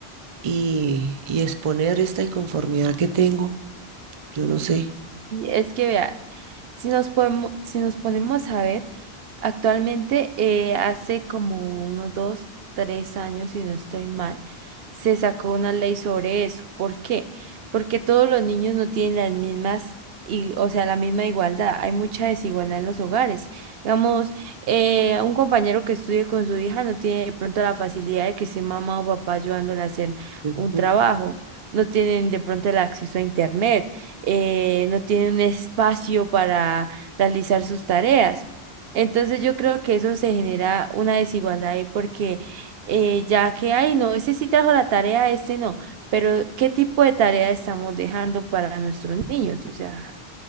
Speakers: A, on the right (about 45°); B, on the right (about 70°).
A: y, y exponer esta inconformidad que tengo, yo no sé.
B: Es que vea, Si nos podemos, si nos ponemos a ver, actualmente eh, hace como unos dos, tres años, si no estoy mal, se sacó una ley sobre eso. ¿Por qué? Porque todos los niños no tienen las mismas, y, o sea, la misma igualdad. Hay mucha desigualdad en los hogares. Digamos, eh, un compañero que estudie con su hija no tiene de pronto la facilidad de que esté mamá o papá ayudándole a hacer
A: Ujú,
B: un trabajo. No tienen de pronto el acceso a internet eh, no tienen un espacio para realizar sus tareas. Entonces yo creo que eso se genera una desigualdad ahí porque eh, ya que hay, no, ese sí trajo la tarea, este no, pero ¿qué tipo de tarea estamos dejando para nuestros niños? O sea,